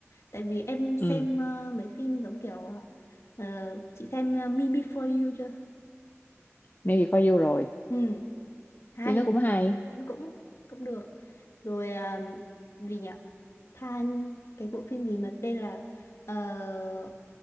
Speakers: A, on the left; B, on the left.
A: tại vì em xem
B: ừ
A: ờ, mấy phim giống kiểu ờ, chị xem ờ, Me Before You chưa
B: maybe for you rồi
A: ừ hay
B: thì nó cũng hay
A: cũng cũng cũng được rồi à, gì nhỉ Time cái bộ phim gì mà tên là ờ,